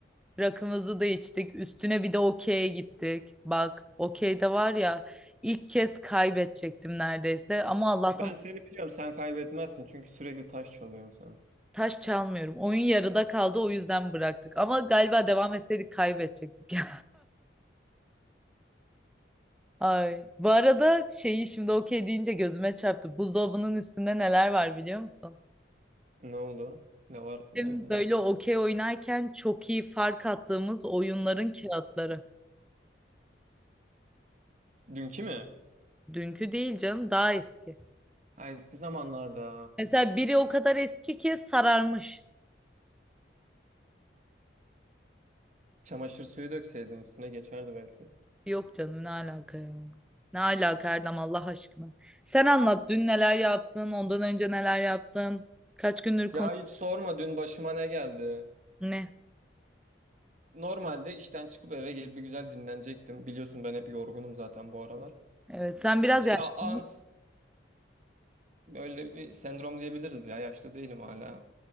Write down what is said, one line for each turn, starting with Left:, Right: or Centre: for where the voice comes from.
Centre: Rakımızı da içtik. Üstüne bir de okey'e gittik. Bak okey'de var ya ilk kez kaybedecektim neredeyse. Ama Allah'tan
Right: Ben seni biliyorum sen kaybetmezsin çünkü sürekli taş çalıyorsun sen.
Centre: taş çalmıyorum. Oyun yarıda kaldı o yüzden bıraktık. Ama galiba devam etseydik kaybedecektik <laughs> ya. Ay. Bu arada şeyi şimdi okey deyince gözüme çarptı. Buzdolabının üstünde neler var biliyor musun?
Right: Ne oldu? Ne var yani?
Centre: Bizim böyle okey oynarken çok iyi fark attığımız oyunların kağıtları.
Right: Dünkü mü?
Centre: Dünkü değil canım daha eski.
Right: Ha, eski zamanlarda.
Centre: Mesela biri o kadar eski ki sararmış.
Right: Çamaşır suyu dökseydin üstüne geçerdi belki.
Centre: Yok canım ne alaka ya? Ne alaka Erdem Allah aşkına. Sen anlat dün neler yaptın, ondan önce neler yaptın, kaç gündür konu
Right: Ya hiç sorma dün başıma ne geldi.
Centre: ne?
Right: Normalde işten çıkıp eve gelip bir güzel dinlenecektim. Biliyorsun ben hep yorgunum zaten bu aralar.
Centre: Evet sen biraz
Right: İşte
Centre: yaşlandın.
Right: a- ans böyle bir sendrom diyebiliriz ya. Yaşlı değilim hala.